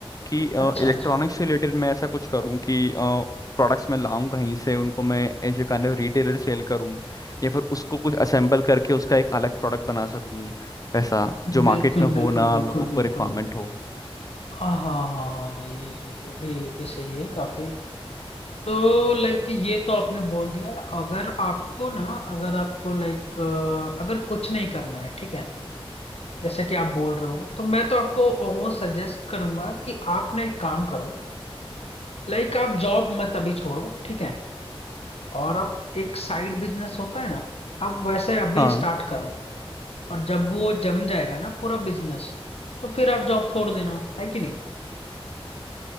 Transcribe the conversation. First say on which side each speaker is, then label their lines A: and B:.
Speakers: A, on the left; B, on the left.
A: कि
B: अच्छा
A: इलेक्ट्रॉनिक्स
B: अच्छा
A: से रिलेटेड मैं ऐसा कुछ करूँ कि प्रोडक्ट्स मैं लाऊं कहीं से उनको मैं ऐसे काइंड ऑफ रिटेलर सेल करूँ या फिर उसको कुछ असेंबल करके उसका एक अलग प्रोडक्ट बना सकूँ ऐसा जो मार्केट
B: बिल्कुल
A: में हो
B: बिल्कुल
A: ना
B: बिल्कुल
A: लोगों को
B: बिल्कुल
A: रिक्वायरमेंट हो
B: हाँ हाँ हाँ हाँ, ये ये भी ये भी सही है काफी तो लाइक ये तो आपने बोल दिया अगर आपको ना अगर आपको लाइक अगर कुछ नहीं करना है ठीक है जैसे कि आप बोल रहे हो तो मैं तो आपको वो सजेस्ट करूंगा कि आप ना एक काम करो लाइक आप जॉब मत अभी छोड़ो ठीक है और आप एक साइड बिजनेस होता है ना आप वैसे अभी
A: हाँ
B: स्टार्ट करो और जब वो जम जाएगा ना पूरा बिजनेस तो फिर आप जॉब छोड़ देना है कि नहीं